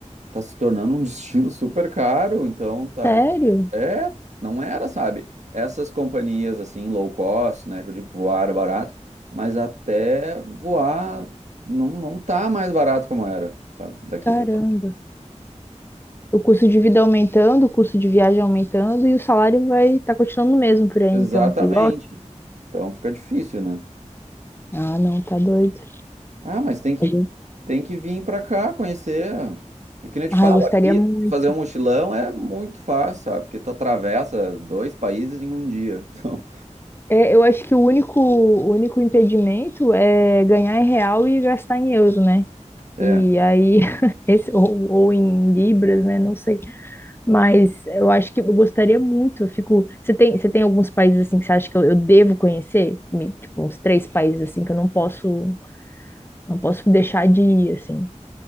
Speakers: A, on the right; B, on the left.
A: tá se tornando um <laughs> destino super caro, então tá,
B: Sério?
A: tá- é, não era, sabe? Essas companhias assim low cost, né, que eu digo que voar era barato, mas até voar não, não tá mais barato como era, sabe? Daqui
B: Caramba.
A: para lá.
B: O custo de vida aumentando, o custo de viagem aumentando e o salário vai estar tá continuando o mesmo por aí,
A: Exatamente.
B: então. Igual aqui.
A: Então fica difícil, né?
B: Ah, não, tá doido.
A: Ah, mas tem que,
B: A gente-
A: tem que vir pra cá conhecer. Porque que nem eu te
B: Ai,
A: falo,
B: gostaria
A: aqui
B: muito.
A: fazer um mochilão é muito fácil, sabe? Porque tu atravessa dois países em um dia. <laughs> Então,
B: É, eu acho que o único, o único impedimento é ganhar em real e gastar em euro, né?
A: é.
B: E aí, <laughs> esse, ou, ou em libras, né? Não sei. Mas eu acho que eu gostaria muito. Eu fico. Você tem, você tem alguns países assim que você acha que eu, eu devo conhecer? Me- Tipo, uns três países assim que eu não posso, não posso deixar de ir, assim.